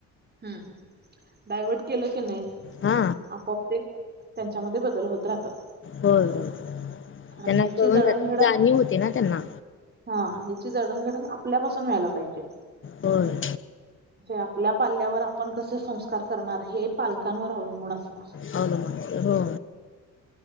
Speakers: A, on the right; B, on the left.
A: हम्म. डायवट केलं किणी
B: हा.
A: आपोआप ते त्यांच्यामध्ये बदल होत राहतात.
B: होय हो.
A: आणि
B: त्यांना
A: ह्याची
B: कळून
A: जडणघडण
B: जात जाणीव होती ना त्यांना.
A: हा. ह्याची जडणघडण आपल्यापासून व्हायला पाहिजे.
B: होय.
A: म्हणजे आपल्या पाल्यावर आपण कसे संस्कार करणार हे पालकांवर अवलंबून असणार.
B: अवलंबून हो.